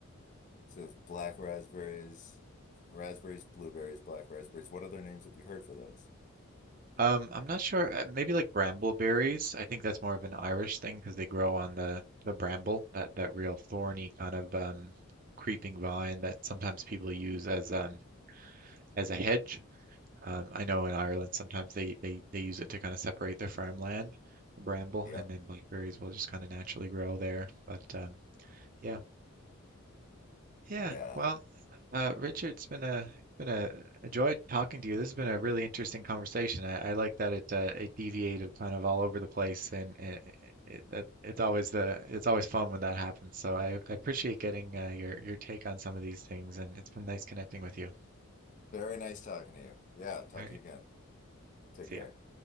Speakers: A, on the left (about 35°); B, on the right (about 40°).
A: so black raspberries, raspberries, blueberries, black raspberries. What other names have you heard for those?
B: Um, I'm not sure. uh, Maybe like brambleberries. I think that's more of an Irish thing because they grow on the the bramble, that that real thorny kind of um, creeping vine that sometimes people use as um as a hedge. Um, I know in Ireland sometimes they they they use it to kind of separate their farmland, the bramble,
A: Yep.
B: and then blackberries will just kind of naturally grow there. But um, yeah, yeah.
A: Yeah.
B: Well. Uh, Richard, it's been a been a, a joy talking to you. This has been a really interesting conversation. I, I like that it uh, it deviated kind of all over the place, and, and it, that it's always the it's always fun when that happens. So I, I appreciate getting uh, your your take on some of these things, and it's been nice connecting with you.
A: Very nice talking to you. Yeah, talk
B: All right,
A: to you again. Take
B: see
A: care.
B: ya.